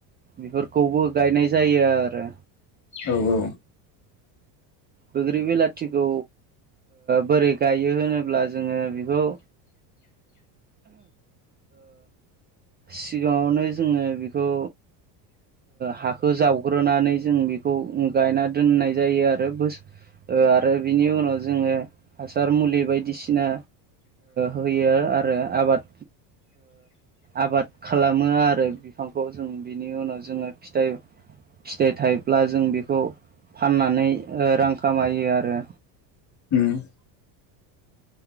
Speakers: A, on the right; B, on the left.
A: बेफोरखौबो गायनाय जायो आरो।
B: औ औ।
A: बग्रि बिलाथिखौ बोरै गायो होनोब्ला जोङो बेखौ सिगाङावनो जोङो बेखौ हाखौ जावग्रोनानै जों बेखौ गायना दोननाय जायो आरो ब आरो बिनि उनाव जोङो हासार मुलि बायदिसिना होयो आरो आबाद आबाद खालामो आरो बिफांखौ जों बिनि उनाव जोङो फिथाइ फिथाइ थायोब्ला जों बेखौ फाननानै रां खामायो आरो
B: <unintelligible>